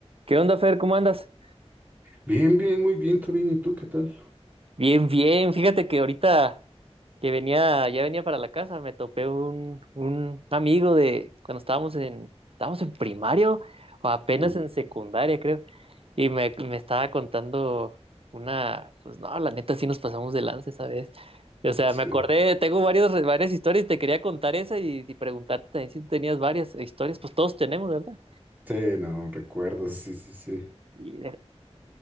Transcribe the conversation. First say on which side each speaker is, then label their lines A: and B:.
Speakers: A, on the right; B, on the right.
A: ¿Qué onda, Fer? ¿Cómo andas?
B: Bien, bien, muy bien, Torín. ¿Y tú qué tal?
A: Bien, bien. Fíjate que ahorita que venía, ya venía para la casa, me topé un, un amigo de cuando estábamos en, estábamos en primario o apenas
B: Uh,
A: en secundaria, creo. Y me, me estaba contando una, pues no, la neta sí nos pasamos de lanza esa vez. O sea,
B: Sí,
A: me acordé, tengo varios, varias historias, te quería contar esa y, y preguntarte también si tú tenías varias historias, pues todos tenemos, ¿verdad?
B: sí, no, recuerdo, sí, sí, sí.
A: Y